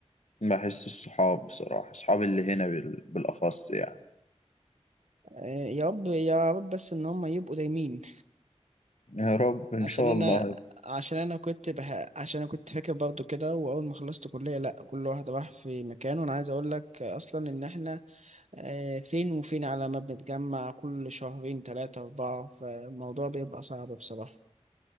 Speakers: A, on the left; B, on the right.
A: بحس الصحاب بصراحة صحابي اللي هنا بال- بالأخص يعني
B: آه، يا رب يا رب بس ان هم يبقوا دايمين
A: يا رب إن
B: عشان
A: شاء
B: انا
A: الله
B: عشان انا كنت بح... عشان انا كنت فاكر برضو كده واول ما خلصت كلية لا كل واحد راح في مكان وانا عايز اقول لك اصلا ان احنا آه، فين وفين على ما بنتجمع كل شهرين تلاتة أربعة فالموضوع بيبقى صعب بصراحة